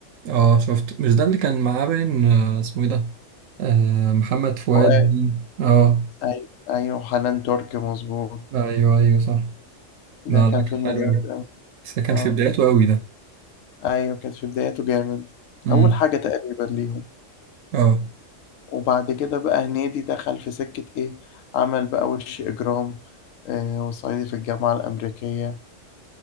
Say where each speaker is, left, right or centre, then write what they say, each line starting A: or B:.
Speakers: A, on the right; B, on the left.
A: اه شفته مش ده اللي كان معاه باين آه، اسمه ايه ده آه محمد فؤاد
B: فؤاد
A: باين. اه
B: ايوه ايوه حنان ترك مظبوط
A: ايوه ايوه صح
B: ده
A: لا
B: كان
A: ده
B: فيلم
A: كان حلو
B: جامد
A: أوي
B: قوي
A: بس ده كان
B: اه
A: في بداياته أوي ده
B: ايوه كانت في بدايته جامد
A: امم
B: اول حاجه تقريبا ليهم
A: اه
B: وبعد كده بقى هنيدي دخل في سكه ايه عمل بقى وش اجرام آه وصعيدي في الجامعه الامريكيه